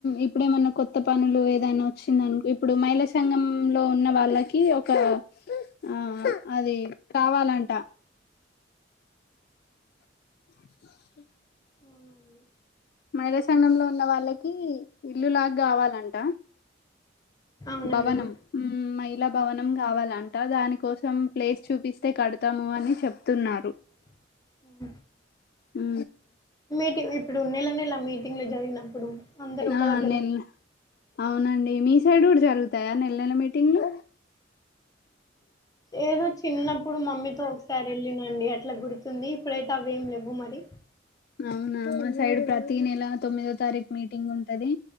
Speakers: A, on the left; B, on the left.
A: ఇప్పుడేమన్నా కొత్త పనులు ఏదైనా వచ్చిందనుకో ఇప్పుడు మైళా సంఘం లో లో ఉన్న వాళ్ళకి ఒక ఆ అది కావాలంట <inaudible>
B: అవునా అండి
A: మహిళా సంఘంలో ఉన్న వాళ్ళకి ఇల్లులాగ కావాలంట.
B: అవునా
A: భవనం
B: అండి.
A: ఉ మై ఇలా భవనం కావాలంట దాని కోసం ప్లేస్ చూపిస్తే కడతాము అని చెప్తున్నారు.
B: <inaudible>
A: ము
B: మీటింగ్ ఇప్పుడు నెల నెలా మీటింగ్లు జరిగినప్పుడు. అందరు ఒక
A: ఆ
B: దగ్గర
A: నేన్ అవునండి మీ సైడ్ కూడా జరుగుతాయా నెల నెల మీటింగ్లు.
B: ఏదో చిన్నప్పుడు మమ్మీతో ఒకసారి వెళ్ళినండి అట్లా గుర్త్ తుంది ఇప్పుడైతే అవి ఏమి లేవు మరి
A: అవునా మా సైడ్ ప్రతి నెల తొమ్మిదో తారీఖ్ మీటింగ్ ఉంటది